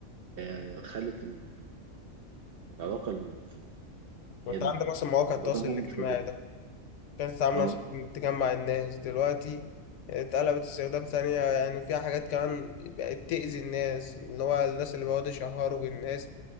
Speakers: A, on the right; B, on the left.
A: آه، خلت ال- العلاقة اللي
B: وأنت
A: هي انك
B: عندك مثلا
A: تبقى
B: مواقع
A: موجود
B: التواصل
A: قدامهم
B: الاجتماعي
A: مش موجودة
B: ده كانت تتعامل
A: اه
B: عشان تجمع الناس دلوقتي اتقلبت استخدام ثانية يعني وفيها حاجات كمان بقت تأذي الناس اللي هو الناس اللي بيقعدوا يشهروا بالناس